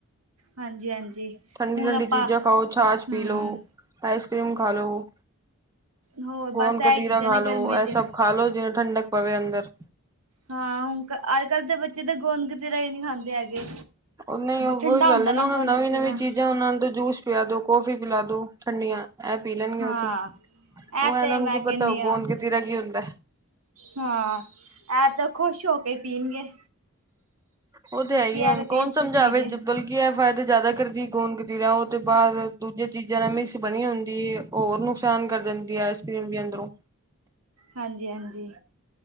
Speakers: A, on the right (about 80°); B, on the right (about 15°).
A: ਹਾਂਜੀ-ਹਾਂਜੀ
B: ਠੰਡੀ,
A: ਹੁਣ
B: ਠੰਡੀ
A: ਆਪਾਂ
B: ਚੀਜ਼ਾਂ ਖਾਓ, ਛਾਛ
A: ਹੂੰ
B: ਪੀ ਲਓ ਆਈਸ ਕਰ੍ਰੀਮ ਖਾ ਲਓ,
A: ਹੋਰ
B: ਗੋਨ
A: ਬਸ ਇਹੀ
B: ਗਤੀਰਾ
A: ਚੀਜ਼ਾਂ ਨੇ
B: ਖਾ
A: ਗਰਮੀ
B: ਲਓ। ਇਹ
A: ਚ
B: ਸਭ ਖਾ ਲਓ ਜਿਨਾਂ ਠੰਡਕ ਪਵੇ ਅੰਦਰ।
A: ਹਾਂ। ਹੁੰ ਅੱਜ- ਕੱਲ੍ਹ ਦੇ ਬੱਚੇ ਤਾਂ ਗੁੰਦ ਗਤੀਰਾ ਹੀ ਨਹੀਂ ਖਾਂਦੇ ਹੈਗੇ।
B: ਉਹ ਨਹੀਂ ਉਹੀ
A: ਠੰਡਾ
B: ਗੱਲ
A: ਹੁੰਦਾ
B: ਹੈ ਨਾ, ਉਹ
A: ਗੋਂਦ
B: ਨਵੀਂ-
A: ਕਤੀਰਾ
B: ਨਵੀਂ ਚੀਜ਼ਾਂ ਉਹਨਾਂ ਨੂੰ ਜੂਸ ਪਿਲਾ ਦੋ, ਕੌਫੀ ਪਿਲਾ ਦੋ ਠੰਡੀਆਂ। ਐ ਪੀ ਲੈਣਗੇ
A: ਹਾਂ,
B: ਬੱਚੇ। ਉਹ
A: ਇਹ
B: ਇਹਨਾਂ
A: ਤੇ
B: ਨੂੰ
A: ਮੈਂ
B: ਕੀ
A: ਕਹਿੰਦੀ
B: ਪਤਾ
A: ਹਾਂ
B: ਗੋਂਦ ਗਤੀਰਾ ਕੀ ਹੁੰਦਾ?
A: ਹਾਂ। ਐ ਤੇ ਖੁਸ਼ ਹੋ ਕੇ ਪੀਣਗੇ।
B: ਉਹ
A: ਕਿਉਂਕਿ
B: ਤੇ ਹੈ ਹੀ
A: ਇਹ
B: ਏ ਹੁਣ,
A: ਤਾਂ ਟੇਸਟੀ
B: ਕੌਣ ਸਮਝਾਵੇ
A: ਚੀਜ਼ ਏ।
B: ਕੀ ਹੈ ਫਾਇਦਾ ਜ਼ਿਆਦਾ ਕਰਦੀ ਗੌਦ ਕਤੀਰਾ ਉਹ ਤੇ ਬਾਹਰ ਦੂਜਿਆ ਚੀਜ਼ਾਂ ਨਾਲ ਮਿਕਸ ਬਣੀ ਹੁੰਦੀ ਔਰ ਨੁਕਸਾਨ ਕਰ ਦਿੰਦੀ ਆ ਆਈਸ ਕਰ੍ਰੀਮ ਵੀ ਅੰਦਰੋਂ
A: ਹਾਂਜੀ- ਹਾਂਜੀ